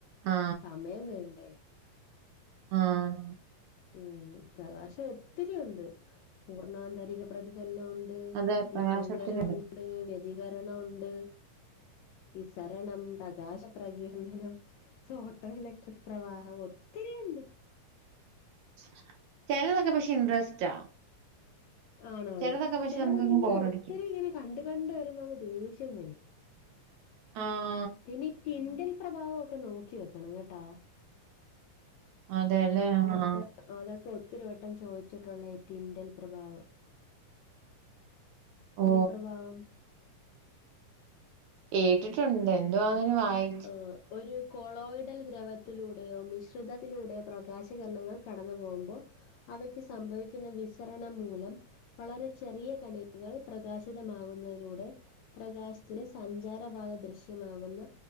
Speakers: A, on the right (about 75°); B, on the left (about 75°).
A: ആ
B: സമയം കയ്ഞ്ഞ്
A: ആഹ്
B: ഉം പ്രകാശം ഒത്തിരിയുണ്ട് പൂർണാന്തരിക പ്രതിഫൽനം ഉണ് ണ്ട്
A: അതെ പ്രകാശത്തിനുണ്ട്
B: വിഫങ്കനം ഉണ്ട് വ്യതികരണം ഉണ്ട് വിസരണം പ്രകാശ പ്രകീർണനം ഫോട്ടോ ഇലക്ട്രിക് പ്രവാഹം ഒത്തിരിയിണ്ട്
A: <inaudible> ചെലതൊക്കെ പക്ഷെ ഇൻട്രസ്റ്റാ
B: ആണാണ്.
A: ചിലതൊക്കെ പക്ഷെ
B: ചെലതൊക്കെ
A: നമുക്കങ്ങ്
B: ഇങ്ങനെ
A: ബോറടിക്കും.
B: ഒത്തിരി ഇങ്ങനെ കണ്ട് കണ്ട് വരുമ്പങ്ങ് ദേഷ്യം വരും
A: ആഹ്
B: പിന്നെ ഈ ടിൻഡൽ പ്രഭാവം ഒക്കെ നോക്കി വെക്കണം കേട്ടോ
A: അതെല്ലേ ആഹ്
B: അതൊക്കെ അതൊക്കെ ഒത്തിരിവട്ടം ചോയിച്ചിട്ടുള്ളേ ഈ ട്വിറ്റൽ പ്രഭാവം
A: ഓ
B: <unintelligible> പ്രഭാവം
A: കേട്ടിട്ടുണ്ട് എന്തുവാങ്ങനെ വായി
B: ആ ഒരു കൊളോയിഡൽ ദ്രവത്തിലൂടെയോ മിശ്രിതത്തിലൂടെയോ പ്രകാശകരണങ്ങൾ കടന്നു പോകുമ്പോ അവയ്ക്ക് സംഭവിക്കുന്ന വിസരണം മൂലം വളരെ ചെറിയ കണികകൾ പ്രകാശിതമാകുന്നതിലൂടെ പ്രകാശത്തിന് സഞ്ചാരപാത ദൃശ്യമാകുന്ന